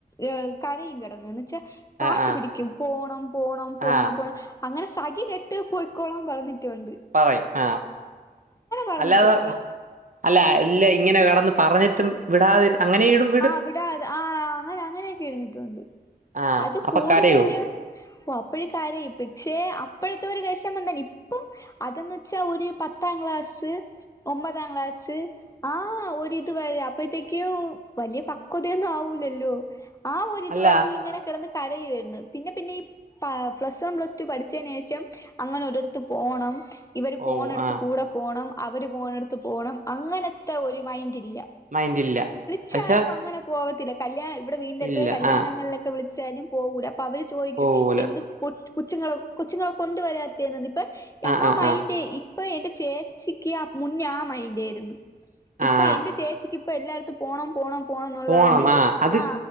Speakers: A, on the left; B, on the right.
A: ഏഹ് കരയും കിടന്ന് എന്ന്ച്ചാ പാശി
B: ആ ആ
A: പിടിക്കും പോണം പോണം പോണം
B: ആ
A: പോണം അങ്ങനെ സഖി കെട്ട് പോയ്ക്കോളാൻ പറയും ട്ടൊണ്ട്
B: പറയും ആഹ്
A: പറഞ്ഞിട്ടുണ്ട്
B: അല്ലാതെ അല്ല അല്ല ഇങ്ങനെ കിടന്ന് പറഞ്ഞിട്ടും വിടാതി അങ്ങനെയിടും
A: ആ അവിട ആ അങ്ങനെ അങ്ങനെയൊക്കെ ഇടുന്നിട്ടുണ്ട്
B: ആഹ്
A: അത്
B: അപ്പൊ
A: കൂടുതലും
B: കരയോ
A: ഓ അപ്പയെ കരയും പക്ഷെ അപ്പോഴത്തെ ഒരു വെഷമം തന്നെ ഇപ്പം അതന്ന് വെച്ചാ ഒരു പത്താം ക്ലാസ് ഒമ്പതാം ക്ലാസ് ആഹ് ഒരു ഇതു വരെ അപ്പത്തേക്കും വല്യ പക്വതയൊന്നും ആവൂല്ലല്ലോ ആ ഒരിതുവരെ
B: അല്ല
A: ഇങ്ങനെ കിടന്ന് കരയായിരുന്നു പിന്നെ പിന്നെ ഈ പ പ്ലസ് വൺ പ്ലസ് ടു പഠിച്ചയ്നേഷം അങ്ങനെ ഒരിടത്ത് പോണം ഇവര് പോണെടുത്ത്
B: ഓ ആഹ്
A: കൂടെ പോണം അവര് പോണെടുത്ത് പോണം അങ്ങനത്തെ ഒരു മൈൻഡ് ഇല്ല
B: മൈൻഡ് ഇല്ല
A: ച്ചാലും
B: പക്ഷെ
A: അങ്ങനെ പോവത്തില്ല കല്യാണം ഇവിടെ വീടിൻ്റെടുത്ത്
B: ഇല്ല
A: കല്യാണങ്ങളിലൊക്കെ
B: ആഹ്
A: വിളി ച്ചാലും പോവുല അപ്പൊ അവര് ചോയിക്കും
B: പോവൂല
A: എന്ത് കുത്ത് കൊച്ചുങ്ങളെ കൊച്ചുങ്ങളെ കൊണ്ടുവരാത്തന്ന് ഇപ്പൊ ഞങ്ങള്
B: ആഹ് ആഹ്
A: മൈൻഡേ
B: ആഹ്
A: ഇ ഇപ്പൊ എന്റെ ചേച്ചിക്ക് ആ മുന്ന ആ മൈൻഡ് ആയിരുന്നു ഇപ്പൊ
B: ആഹ് ആഹ്
A: എന്റെ ചേച്ചിക്ക് ഇപ്പൊ എല്ലായിടത്തും പോണം പോണം പോണംന്നുള്ളാണ്ട്
B: പോണം ആഹ് അത്
A: ആ